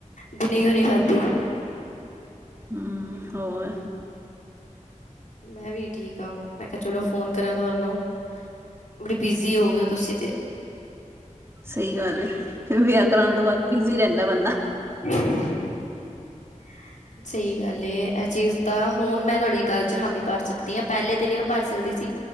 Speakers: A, on the left (about 70°); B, on the right (about 20°).
A: ਦਿਨੇ ਕਿਉ ਨੀ ਖਾਧੀ।
B: ਹਮ ਹੋਰ
A: ਮੈਂ ਵੀ ਠੀਕ ਆਾਂ ਮੈਂ ਕਿਹਾ ਚਲੋ ਫੋਨ ਕਰਾਂ ਤੁਹਾਨੂੰ ਬੜੀ ਬਿਜ਼ੀ ਹੋ ਗਏ ਹੋ ਤੁਸੀਂ ਤੇ
B: ਸਹੀ ਗੱਲ ਏ ਵਿਆਹ ਕਰਾਉਣ ਤੋਂ ਬਾਅਦ ਬਿਜੀੀ ਰਹਿੰਦਾ ਬੰਦਾ।
A: ਹਮ <inaudible> ਹ <inaudible> ਸਹੀ ਗੱਲ ਇਹ ਚੀਜ਼ ਤਾਂ ਹੁਣ ਮੈਂ ਤੁਹਾਡੀ ਗੱਲ ਚ ਹਾਮੀ ਭਰ ਸਕਦੀ ਆ ਪਹਿਲੇ ਤੇ ਨਹੀਂੀ ਮੈਂ ਭਰ ਸਕਦੀ ਸੀ।